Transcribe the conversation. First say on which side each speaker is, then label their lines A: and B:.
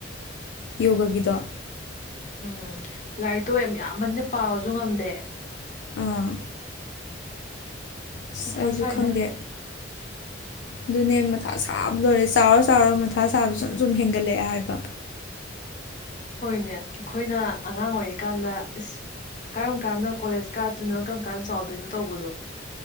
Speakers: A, on the left; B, on the left.
A: ꯌꯣꯒꯒꯤꯗꫭ
B: ꯎꯝ ꯂꯥꯏꯔꯤꯛꯇꯣ ꯌꯥꯝ ꯌꯥꯝꯕꯅꯤꯅ ꯄꯥꯕꯁꯨ ꯉꯝꯗꯦ
A: ꯑꯥ ꯑꯁ
B: ꯃꯊꯥ
A: ꯑꯩꯁꯨ
B: ꯁ꯭ꯋꯥꯏꯗ
A: ꯈꯪꯗꯦ ꯑꯗꯨꯅꯦ ꯃꯊ ꯊꯥ ꯁꯥꯕꯗ ꯂꯣꯏꯔꯦ ꯆꯥꯎꯔ ꯆꯥꯎꯔ ꯃꯊꯥ ꯁꯥꯕꯁꯨ ꯁꯨꯝ ꯁꯨꯝ ꯍꯦꯟꯒꯠꯂꯛꯑꯦ ꯍꯥꯏꯕ
B: ꯍꯣꯏꯅꯦ ꯑꯩꯈꯣꯏꯅ ꯑꯉꯥꯡ ꯑꯣꯏꯔꯤꯀꯥꯟꯗ ꯑꯁ ꯀꯔꯝ ꯀꯥꯟꯗ ꯀꯣꯂꯦꯖ ꯀꯥꯗꯣꯏꯅꯣ ꯀꯔꯝ ꯀꯥꯟꯗ ꯆꯥꯎꯗꯣꯏꯅꯣ ꯇꯧꯕꯗꯣ